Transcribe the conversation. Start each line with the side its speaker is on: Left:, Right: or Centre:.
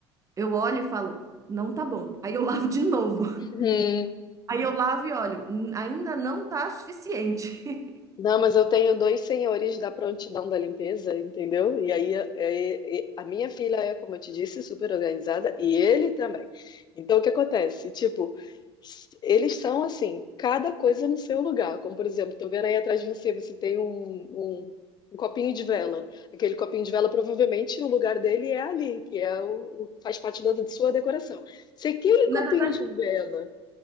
Right: eu olho e falo, não tá bom. Aí eu lavo de novo. <laughs>
Left: Uhum.
Right: Aí eu lavo e olho, "Hum, ainda não tá suficiente.
Left: Não, mas eu tenho dois senhores da prontidão da limpeza, entendeu? E aí é- é- a minha filha é, como eu te disse, super organizada e ele também. Então o que acontece? Tipo, s- eles são assim, cada coisa no seu lugar. Como por exemplo, tô vendo aí atrás de você, você tem um, um- um copinho de vela. Aquele copinho de vela, provavelmente o lugar dele é ali, que é o, o- faz parte da sua decoração. Se aquele
Right: <laughs>
Left: copinho
Right: Na verdade,
Left: de vela,